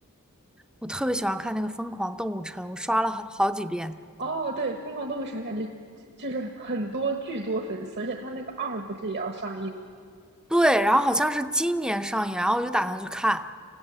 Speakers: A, in the centre; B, on the right (about 50°).
A: 我特别喜欢看那个《疯狂动物城》，我刷了好好几遍。
B: 哦，对，《疯狂动物城》感觉就就是很多巨多粉丝，而且他那个二不是也要上映
A: 对，然后好像是今年上映，然后我就打算去看。